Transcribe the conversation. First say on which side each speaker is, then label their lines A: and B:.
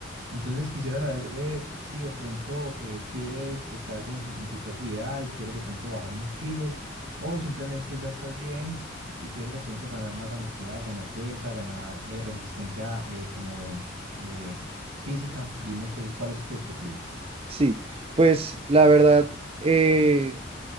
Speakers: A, on the right (about 65°); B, on the right (about 30°).
A: Entonces quisiera saber eh, si de pronto eh, quieres, estás en, en tu peso ideal, quieres de pronto bajar unos kilos o simplemente ya estás bien y quieres de pronto ganar masa muscular, ganar fuerza, ganar eh, resistencia eh, como eh, física. Dime que, cuál es tu objetivo.
B: Sí, pues la verdad, eh,